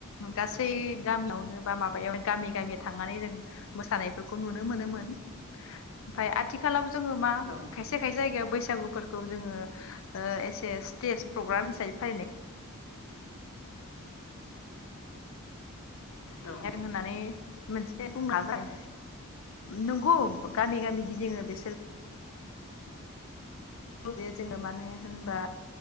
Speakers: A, on the left (about 65°); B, on the left (about 80°).
A: गासै गामियावनो बा माबायाव गामि गामि थांनानै जों मोसानायफोरखौ नुनो मोनोमोन ओमफाय आथिखालाव जोङो मा
B: औ
A: खायसे खायसे जायगायाव बैसागुफोरखौ जोङो ओ एसे ए स्टेज प्रग्राम हिसाबै फालिनाय
B: औ औ
A: होननानै मोनसे <unintelligible> नंगौ गामि गामि गिदिङो बिसोर जे जोङो मानो होनबा